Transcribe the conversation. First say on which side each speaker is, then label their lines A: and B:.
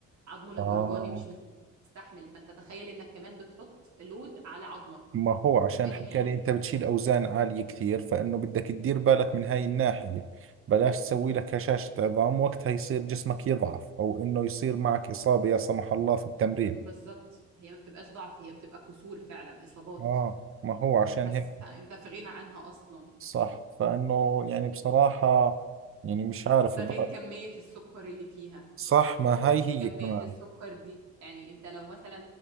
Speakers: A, on the right; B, on the right.
A: عظمه للدرجه
B: اه
A: دي مش مستحمل فانت تخيل انك كمان بتحط لود على عظمك
B: ما هو عشان
A: فاهمني
B: حكى لي انت بتشيل اوزان عالية كثير فانه بدك تدير بالك من هاي الناحية بلاش تسوي لك هشاشة عظام وقتها يصير جسمك يضعف او انه يصير معك اصابة لا سمح الله في التمرين
A: بالظبط هي ما بتبقاش ضعف هي بتبقى كسور فعلا اصابات
B: اه ما هو عشان
A: بس
B: هيك
A: فانت في غنى عنها اصلا
B: صح فانه يعني بصراحة يعني مش عارف
A: ده
B: برأيي
A: غير كميه السكر اللي فيها
B: صح ما هاي هي
A: كمية
B: كمان
A: السكر دي يعني انت لو مثلا